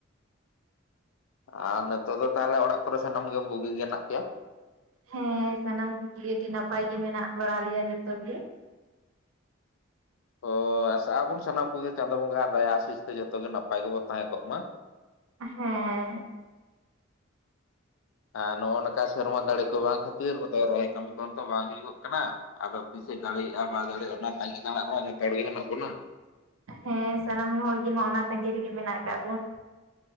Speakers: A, on the left; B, on the right.
A: ᱟᱨ ᱱᱤᱛᱚᱜ ᱫᱚ ᱛᱟᱦᱚᱞᱮ ᱚᱲᱟᱜ ᱠᱚᱨᱮ ᱥᱟᱱᱟᱢ ᱜᱮ ᱵᱩᱜᱤ ᱜᱮ ᱦᱮᱱᱟᱜ ᱯᱮᱭᱟ
B: ᱦᱮᱸ ᱥᱟᱱᱟᱢ ᱠᱚᱜᱮ ᱟᱹᱰᱤ ᱱᱟᱯᱟᱭ ᱜᱮ ᱢᱮᱱᱟᱜ ᱵᱟᱲᱟ ᱞᱮᱭᱟ ᱡᱚᱛᱚ ᱜᱮ᱾
A: ᱦᱚ ᱟᱥᱟᱜ ᱟᱵᱚᱱ ᱥᱟᱱᱟᱢ ᱠᱚᱜᱮ ᱪᱟᱸᱫᱳ ᱵᱚᱸᱜᱟᱜ ᱫᱟᱭᱟ ᱟᱹᱥᱩᱪ ᱛᱮ ᱡᱚᱛᱚ ᱜᱮ ᱱᱟᱯᱟᱭ ᱜᱮᱵᱚᱱ ᱛᱟᱦᱮᱸ ᱠᱚᱜ ᱢᱟ
B: ᱦᱮᱸ
A: ᱟᱨ ᱱᱚᱜᱼᱚ ᱱᱚᱝᱠᱟ ᱥᱮᱨᱢᱟ ᱫᱟᱲᱮ ᱠᱚ ᱵᱟᱝ ᱠᱷᱟᱹᱛᱤᱨ ᱨᱚᱦᱚᱭ ᱠᱟᱹᱢᱤ ᱠᱚᱦᱚᱸ ᱛᱚ ᱵᱟᱝ ᱦᱩᱭᱩᱜᱚᱜ ᱠᱟᱱᱟ ᱟᱫᱚ ᱛᱤᱥᱮ ᱫᱟᱲᱮᱭᱟᱜᱼᱟ ᱵᱟᱭ ᱫᱟᱲᱮᱭᱟᱜᱼᱟ ᱚᱱᱟ ᱛᱟᱸᱜᱤ ᱛᱟᱲᱟᱜ ᱨᱮᱢᱟ ᱡᱚᱛᱚ ᱦᱚᱲ ᱜᱮ ᱢᱮᱱᱟᱜ ᱵᱚᱱᱟ᱾
B: ᱦᱮᱸ ᱥᱟᱱᱟᱢ ᱦᱚᱲ ᱜᱮᱢᱟ ᱚᱱᱟ ᱥᱟᱺᱜᱤ ᱨᱮᱜᱮ ᱢᱮᱱᱟᱜ ᱠᱟᱜ ᱵᱚᱱ